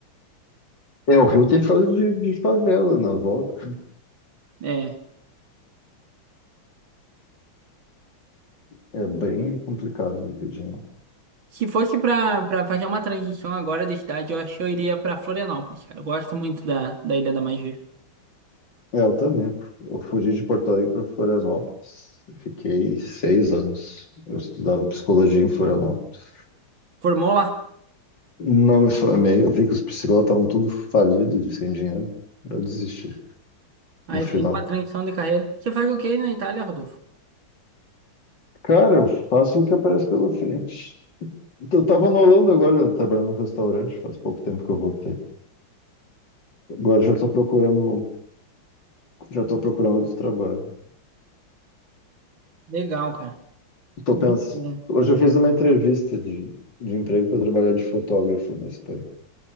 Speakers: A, on the left; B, on the right.
A: É, o Rio tem por de, de favela na volta.
B: É,
A: É bem complicado o vídeo, né?
B: se fosse pra, pra fazer uma transição agora de cidade, eu acho que eu iria pra Florianópolis, cara. Eu gosto muito da, da Ilha da Magia.
A: É, eu também. Eu fugi de Porto Alegre para Florianópolis. Fiquei seis anos. Eu estudava psicologia em Florianópolis.
B: Formou lá,
A: Não me formei. Eu vi que os psicólogos estavam tudo falidos de sem dinheiro. Eu desisti
B: aí
A: no final.
B: fez uma transição de carreira. Você faz o quê na Itália, Rodolfo?
A: Cara, eu faço o que aparece pela frente. Então, eu estava na Holanda agora, trabalhando no restaurante. Faz pouco tempo que eu voltei. Agora já estou procurando Já estou procurando outro trabalho.
B: Legal, cara.
A: Tô
B: Muito
A: pens...
B: bom.
A: Hoje eu fiz uma entrevista de, de emprego para trabalhar de fotógrafo na Espanha.